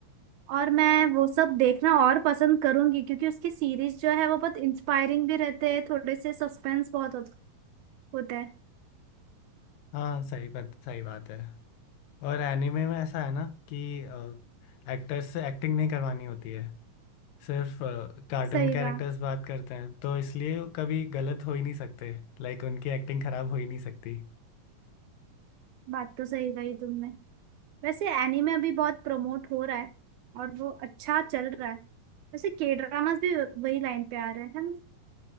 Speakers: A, on the right; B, on the left.
A: और मैं वो सब देखना और पसंद करूंगी क्योंकि उसकी सीरीज जो है वो बहुत इंस्पायरिंग भी रहते हैं थोड़े से सस्पेंस बहुत होत- होता है
B: हाँ सही बात सही बात है और एनिमे में ऐसा है ना कि एक्टर्स से एक्टिंग नहीं करवानी होती है सिर्फ कार्टून
A: सही
B: कैरेक्टर्स
A: कहा
B: बात करते हैं तो इसलिए वो कभी गलत हो ही नहीं सकते लाइक उनकी एक्टिंग खराब हो ही नहीं सकती
A: बात तो सही कही तुमने वैसे एनीमे अभी बहुत प्रमोट हो रहा है और वो अच्छा चल रहा है वैसे के ड्रामास भी वही लाइन पे आ रहे हैं है ना